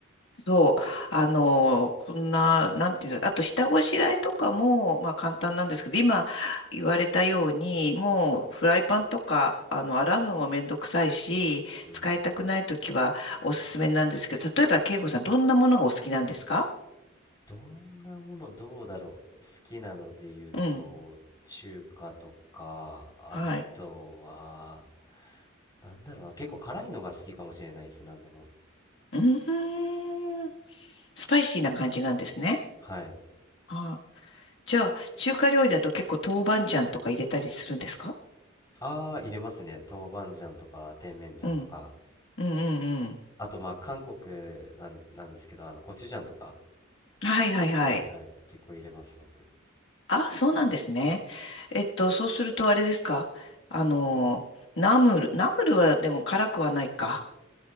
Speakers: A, on the left (about 60°); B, on the left (about 20°).
A: そう、あの、こんな、なんていうんだ、あと下ごしらえとかも、まあ簡単なんですけど、今言われたように、もうフライパンとか、あの、洗うのもめんどくさいし、
B: うん。
A: 使いたくないときはおすすめなんですけど、例えば、慶吾さん、どんなものがお好きなんですか
B: どんなもの、どうだろう。好きなので言うと、
A: うん。
B: 中華とか、あとは、
A: はい。
B: なんだろうな、結構辛いのが好きかもしれないです、なんでも。
A: うーん。スパイシーな感じなんですね。
B: はい。
A: はい。じゃあ、中華料理だと結構豆板醤とか入れたりするんですか
B: ああ、入れますね。豆板醤とか、甜麺醤とか。
A: うん。うんうんうん。
B: あと、まあ、韓国なんで、なんですけど、あの、コチュジャンとか。
A: はいはいはい。
B: はいはい。結構入れます、僕。
A: あ、そうなんですね。えっと、そうするとあれですかあの、ナムル。ナムルはでも辛くはないか。